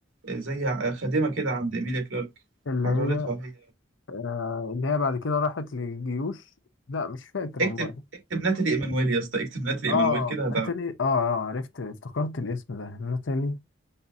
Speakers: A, on the right; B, on the left.
A: آه، زي خادمه كده عند ايميليا كلارك
B: اللي
A: حررتها
B: هي
A: هي
B: آه اللي هي بعد كده راحت للجيوش لا مش فاكر
A: اكتب
B: والله
A: اكتب ناتالي ايمانويل يا اسطى اكتب ناتالي
B: اه
A: ايمانويل كده هتعرف
B: ناتالي اه اه عرفت افتكرت الاسم ده ناتالي